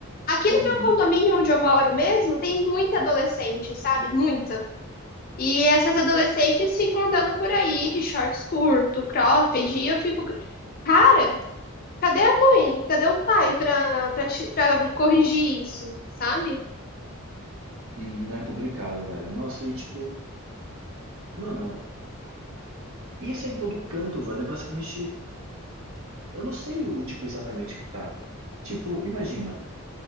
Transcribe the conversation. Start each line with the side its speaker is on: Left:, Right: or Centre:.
Left: Aqui
Right: Uhum.
Left: no meu condomínio onde eu moro mesmo, tem muita adolescente, sabe? Muita. E essas adolescentes ficam andando por aí de shorts curto, cropped, e eu fico, cara, cadê a mãe? Cadê o pai pra, pra, te- pra corrigir isso, sabe?
Right: Uhum, Não é complicado, velho. Nossa, e tipo, mano, isso é em todo canto, velho. É Basicamente, eu não sei o tipo exatamente que tá. Tipo, imagina.